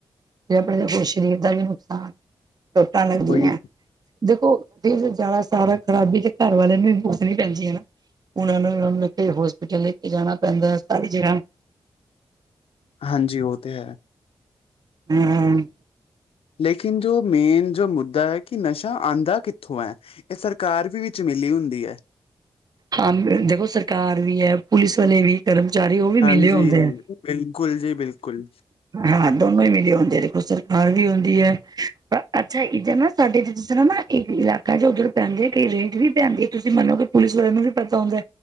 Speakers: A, on the right; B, on the left.
A: ਤੇ ਆਪਣੇ ਔ ਸ਼ਰੀਰ ਦਾ ਵੀ ਨੁਕਸਾਨ ਚੋਟਾਂ ਲੱਗਦੀਆਂ।
B: ਉਹੀ
A: ਦੇਖੋ <unintelligible> ਖ਼ਰਾਬੀ ਤੇ ਘਰ ਵਾਲੇਆਂ ਨੂੰ ਭੁਗਤਨੀ ਪੈਂਦੀਆਂ ਨਾ। ਓਹਨਾਂ ਨੂੰ ਹੋਸਪਿਟਲ ਲੈ ਕੇ ਜਾਣਾ ਪੈਂਦਾ ਸਾਰੀ ਜਗ੍ਹਾ
B: ਹਾਂਜੀ ਓ ਤੇ ਹੈ।
A: ਹੂੰ ਹੂੰ।
B: ਲੇਕਿਨ ਜੋ ਮੇਨ ਜੋ ਮੁੱਦਾ ਐ ਕਿ ਨਸ਼ਾ ਆਂਦਾ ਕਿੱਥੋਂ ਐ? ਐ ਸਰਕਾਰ ਵੀ ਵਿੱਚ ਮਿਲੀ ਹੁੰਦੀ ਐ।
A: ਹਾਂ ਦੇਖੋ ਸਰਕਾਰ ਵੀ ਐ। ਪੁਲਿਸ ਵਾਲੇ ਵੀ ਕਰਮਚਾਰੀ ਓ ਵੀ
B: ਹਾਂਜੀ,
A: ਮਿਲੇ ਹੁੰਦੇ ਐ।
B: ਬਿਲਕੁਲ ਜੀ ਬਿਲਕੁਲ,
A: ਹਾਂ ਦੋਨੋਂ ਈ ਮਿਲੇ ਹੁੰਦੇ। ਦੇਖੋ ਸਰਕਾਰ ਵੀ ਹੁੰਦੀ ਐ। ਪਰ ਅੱਛਾ ਇੱਧਰ ਨਾ ਸਾਡੇ ਤੇ ਸੁਨੋ ਨਾ ਇੱਕ ਇਲਾਕਾ ਜੋ ਓਧਰ ਪੈਂਦੇ ਕਈ ਰੇਡ ਵੀ ਪੈਂਦੀ ਐ ਤੁਸੀ ਮੰਨੋਗੇ ਪੁਲਿਸ ਨੂੰ ਵੀ ਪਤਾ ਹੁੰਦਾ